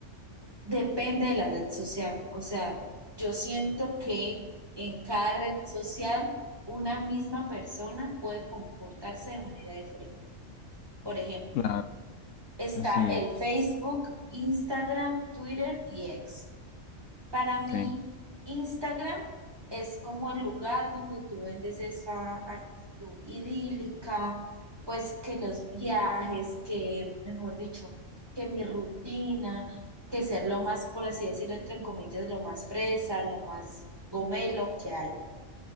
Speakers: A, on the right; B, on the left.
A: depende de la red social. O sea, yo siento que en cada red social una misma persona puede comportarse de manera diferente. Por ejemplo,
B: claro,
A: Está
B: así
A: el
B: es.
A: Facebook, Instagram, Twitter y X. Para mí,
B: Okay.
A: Instagram es como el lugar donde tú vendes esa actitud idílica, pues que los viajes, que, mejor dicho, que mi rutina, que ser lo más, por así decirlo, entre comillas, lo más fresa, lo más gomelo que hay.